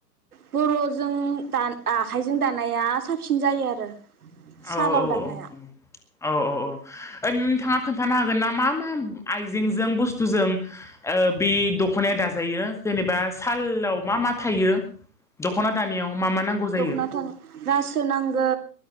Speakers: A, on the right; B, in the centre.
A: बर'जों द आखाइजों दानाया साबसिन जायो आरो। सालाव
B: औ
A: दानाया
B: औ औ औ औ ओय नोंथाङा खोन्थानो हागोन ना मा मा आइजेंजों बुस्थुजों बे दख'नाया दाजायो जेनेबा सालाव मा मा थायो दख'ना दानायाव। मा मा नांगौ जायो
A: दख'ना दानो रासो नांगौ